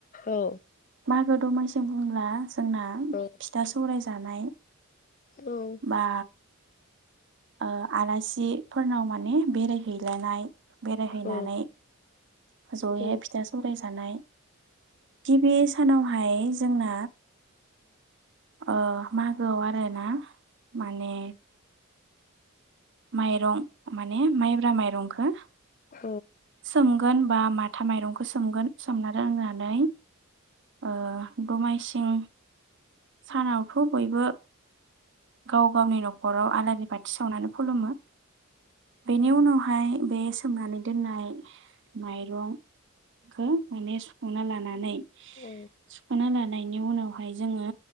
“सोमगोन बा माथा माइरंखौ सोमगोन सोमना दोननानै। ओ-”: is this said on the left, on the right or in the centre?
Right